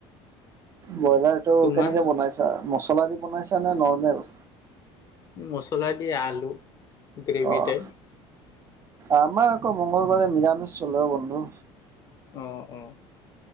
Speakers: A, on the right; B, on the left.
A: ব্ৰইলাৰটো
B: তোমাৰ?
A: কেনেকে বনাইছা? মছলা দি বনাইছা নে নৰ্মেল?
B: মছলা দি এ। আলু, গ্ৰেভি
A: অ'
B: টাইপ।
A: আমাৰ আকৌ মংগলবাৰে নিৰামিষ চলে অ' বন্ধু।
B: অ', অ'।